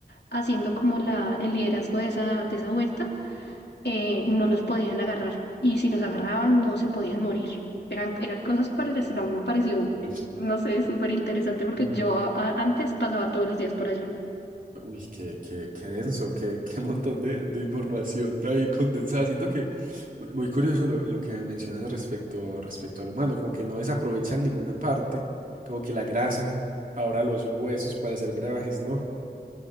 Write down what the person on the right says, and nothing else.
no,
mm,
Uy, qué, qué, qué denso, qué, qué montón de, de información ahí condensada. Siento que muy curioso lo, lo que mencionas respecto, respecto al humano, como que no desaprovechan ninguna parte, como que la grasa, ahora los huesos para hacer brebajes, ¿no?